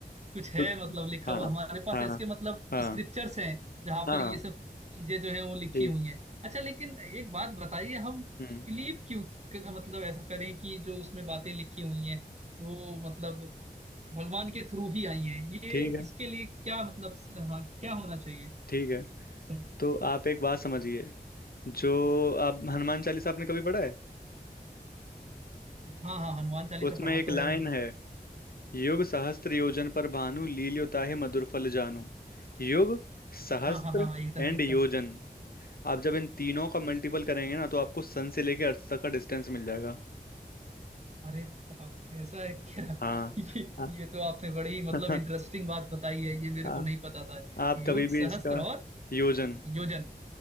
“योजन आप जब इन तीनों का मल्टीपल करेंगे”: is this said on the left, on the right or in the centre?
Left